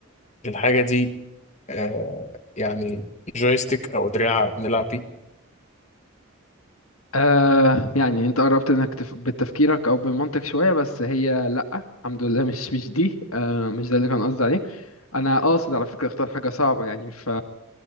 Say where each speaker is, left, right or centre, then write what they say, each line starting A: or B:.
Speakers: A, on the left (about 35°); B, on the left (about 80°).
A: الحاجة دي آه يعني جويستيك او دراع بنلعب بيه
B: آه يعني انت قربت انك تف... بتفكيرك او بمنطق شويه بس هي لا الحمد لله مش مش دي آه مش ده اللي كان قصدي عليه انا قاصد على فكره اختار حاجه صعبه يعني ف